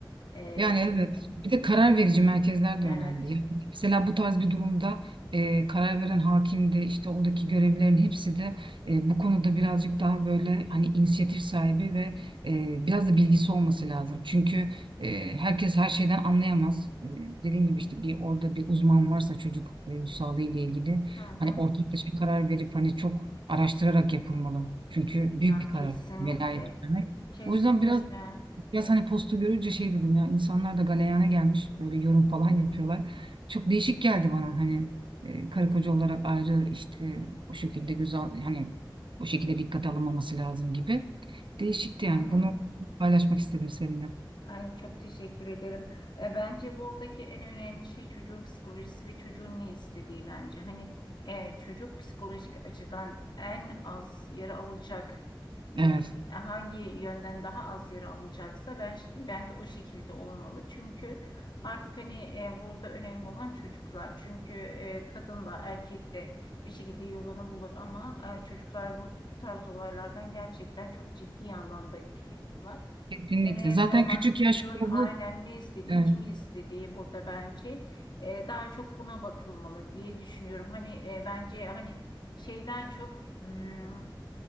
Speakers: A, on the left; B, on the right.
A: E,
B: Yani
A: ki,
B: evet. Bir de karar verici merkezler
A: evet.
B: de önemli. Yani mesela bu tarz bir durumda e, karar veren hakim de işte oradaki görevlilerin hepsi de e, bu konuda birazcık daha böyle hani inisiyatif sahibi ve e, biraz da bilgisi olması lazım. Çünkü e, herkes her şeyden anlayamaz. E, dediğim gibi işte bir orada bir uzman varsa çocuk e, ruh sağlığı ile ilgili
A: Hı hı.
B: hani ortaklaşa bir karar verip hani çok araştırarak yapılmalı. Çünkü
A: Ya
B: büyük bir karar
A: kesinlikle.
B: velayet vermek.
A: Kesinlikle.
B: O yüzden biraz Biraz hani postu görünce şey dedim ya insanlar da galeyana gelmiş böyle yorum falan yapıyorlar. Çok değişik geldi bana hani e, karı koca olarak ayrı işte o şekilde güzel hani o şekilde dikkat alınmaması lazım gibi. Değişikti
A: Hı
B: yani
A: hı.
B: bunu paylaşmak istedim seninle.
A: Ay çok teşekkür ederim. E, bence buradaki en önemli şey çocuğun psikolojisi ve çocuğun ne istediği bence. Hani e, çocuk psikolojik açıdan en az yara alacak ne-
B: Evet
A: hangi yönden daha az yara alacaksa ben bence o şekilde olmalı. Çünkü artık hani e, burada önemli olan çocuklar. Çünkü e, kadın da erkek de bir şekilde yolunu bulur ama e, çocuklar bu, bu tarz olaylardan gerçekten çok ciddi anlamda etkileniyorlar.
B: kesinlikle
A: Önemli
B: zaten
A: olan
B: küçük
A: çocuğun
B: yaş grubu
A: aynen ne istediği,
B: e,
A: kimi istediği burada bence e, daha çok buna bakılmalı diye düşünüyorum. Hani e, bence hani şeyden çok hmm,